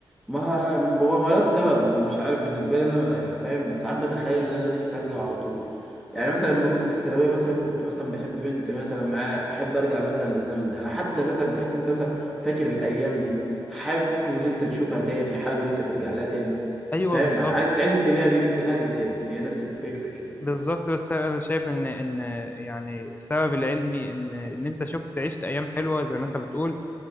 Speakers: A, in the centre; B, on the left.
A: ما ه- هو ملوش سبب مش عارف بالنسبه لي انا ما- يعني فاهم ساعات بتخيل ان انا نفسي ارجع على طول يعني مثلا لما كنت في الثانويه مثلا كنت مثلا بحب بنت مثلا معايا احب ارجع مثلا للزمن ده انا حتى مثلا تحس انت مثلا فاكر الايام دي حابب ان انت تشوفها تاني حابب ان انت ترجع لها تاني
B: ايوه
A: فاهم
B: بالظبط
A: عايز تعيد السيناريو السيناريو تاني هي نفس الفكره كده
B: بالظبط بس انا شايف ان ان يعني السبب العلمي ان ان انت شفت عشت ايام حلوه زي ما انت بتقول